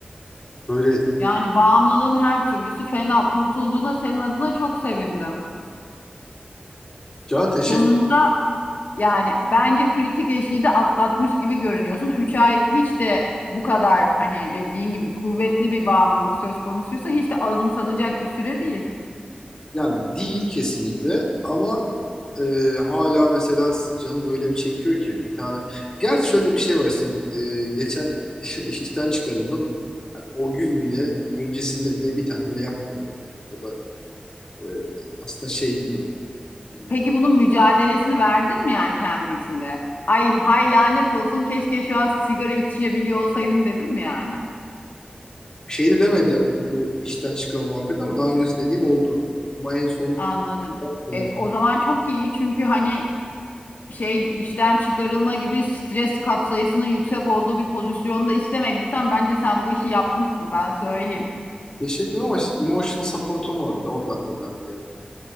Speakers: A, on the left (about 20°); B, on the left (about 70°).
A: böyle
B: Yani bağımlılığın her türlüsü fena. Kurtulduğuna senin adına çok sevindim.
A: can teşekkür
B: Sonunda yani bence kritik eşiği de atlatmış gibi görünüyorsun. 3 ay hiç de bu kadar hani dediğin gibi kuvvetli bir bağımlılık söz konusuysa hiç de azımsanacak bir süre değil.
A: yani değil kesinlikle ama e, hala mesela canım öyle bir çekiyor ki bir tane gerçi şöyle bir şey var işte e, geçen <laughs> işten çıkarıldım Yani o gün bile öncesinde bile bir tane bile yakmadım yani o da Ee, aslında şey bir durum. Bilmiyorum.
B: Peki bunun mücadelesini verdin mi yani kendi içinde? Ay hay lanet olsun keşke şu an sigara içebiliyor olsaydım dedim mi yani?
A: Bir Şey de demedim. Bu işten çıkalım muhabbet ama daha öncesi dediğim oldu. Ama en son
B: Anladım.
A: yani
B: E, o zaman çok iyi çünkü hani şey işten çıkarılma gibi stres katsayısının yüksek olduğu bir pozisyonda istemediysen bence sen bu işi yapmışsın ben söyleyeyim.
A: teşekkür ederim, ama işte emotional support'um vardı. O da önemli yani.